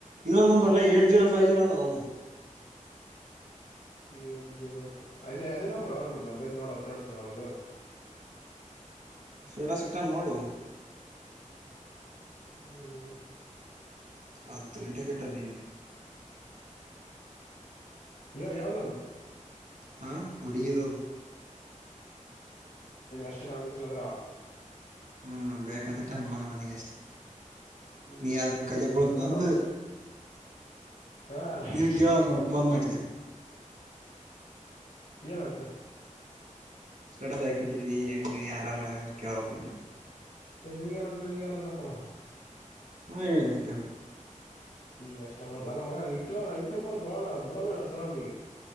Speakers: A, on the right (about 75°); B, on the left (about 85°).
A: ಇನ್ನೊಂದು ನಂಬರ್ ಅಲ್ಲ ಏಟ್ ಜೀರೋ ಫೈವ್ ಜೀರೋ ಅತದ ಅದು
B: ಏಟ್ ಜೀರೋ ಅದೇ ಅದೇ ನಂಬರ್ ಆರಾಮ್ ನ ನೋಡೋಡ್ಸರ ನಾವದು
A: ಶಡಾಸಿಟ್ಟಾ ನೋಡು
B: ಹ್ಮ್
A: ಆತ್ತು ಗಂಟ ಕೆಟ್ಟಣ ನೀನ್ನೆ
B: ಯ ಯಾದ ಆದು
A: ಹಾ ಒಡಿಗದ
B: ಷ್ಟ ಆಮ ಲಂದ್ರಾ
A: ಹ್ಮ್ ಬೇಕಂತ ಇಟ್ಟ ಅನ್ ಮಗ ನನಗ ಅಷ್ಟೇ
B: ಹ್ಮ್
A: ನೀ ಯಾದ್ರ ಕಲೆಬಳುದಂದು
B: ಇಲ್ಲ ನಂಬ ಹಾ ರೈಟ್
A: ನೀನ್ ಕೇಳಳ್ ಹಕ್ ಮಾಡ ಫೋನ್ ಮಾಡಿದ್ದೇನೆ
B: ಏನಂತೆ
A: ಸ್ಟೇಟಸ್ ಹಾಕಿಟ್ಟಿದಿ ಹೆಂಗ ಯಾರಾರ ಕೇಳಕ್
B: ನೀ ಕರಂದಲ್ಲ ನೀ ಕರಂದ ಅತ್ತನ
A: ನ ಹೇಳ ನಂತ
B: ಹ್ಮ್ ಕಷ್ಟ ಮಾಡ ಅಲ್ಲ ಮ ಇಲ ಇಟ್ಟನ ಕೊಳ ಬಿಡಲ್ಲರಿ